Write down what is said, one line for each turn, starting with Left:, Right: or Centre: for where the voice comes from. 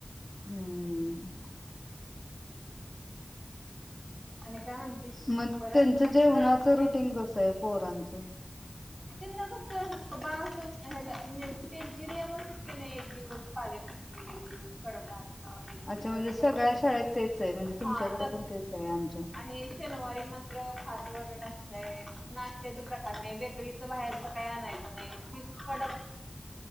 Left: हम्
Right: आणि काय म्हणतेस
Left: मग
Right: बरं
Left: त्यांच
Right: आहे
Left: जेवणाच
Right: घरातले
Left: रुटीन कस आहे पोरांचं?
Right: त्यांना फक्त त्यांचे नियम अस की नाही एक दिवस पाले <unintelligible>
Left: अच्छा म्हणजे
Right: दिवस
Left: सगळ्या शाळेत तेच आहे म्हणजे तुमच्याकडे
Right: हाच
Left: पण तेच आहे आमच्या
Right: आणि शनिवारी म <unintelligible> बाहेरच काय नाही पण कड